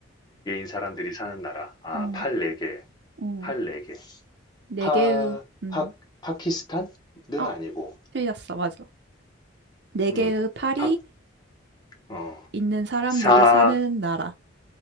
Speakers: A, on the left; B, on the right.
A: 사람들이 사는 나라. 아,
B: 음,
A: 팔 네개팔
B: 음.
A: 네개
B: 네
A: 파,
B: 개의, 음,
A: 파, 파키스탄은
B: 어,
A: 아니고,
B: 틀렸어. 맞아. 네
A: 음,
B: 개의 팔이
A: 파, 어,
B: 있는 사람들이
A: 사,
B: 사는 나라.